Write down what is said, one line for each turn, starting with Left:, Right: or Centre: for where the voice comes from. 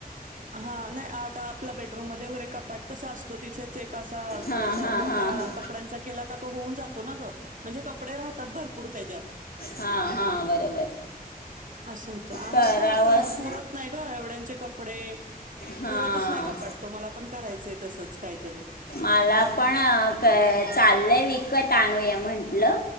Right: हा नाही आता आपल्या बेडरूम मध्ये वगैरे कपाट कस असतो तिथे. एकअसा थोडासा
Left: हां हां
Right: मोठा
Left: हां हां
Right: कपड्यांचा केला का तो होऊन जातो ना ग. म्हणजे कपडे राहतात भरपूर त्याच्यात.
Left: हा हा बरोबर.
Right: असं होतं आम्हाला
Left: करावंच
Right: पण आता पुरत नाही ग एवढ्यांचे कपडे
Left: हां
Right: पुरतच नाही कपाट. तो मला पण करायचंय हे तसंच काहीतरी.
Left: मला पण काय चाललय विकत आणुया म्हंटलं.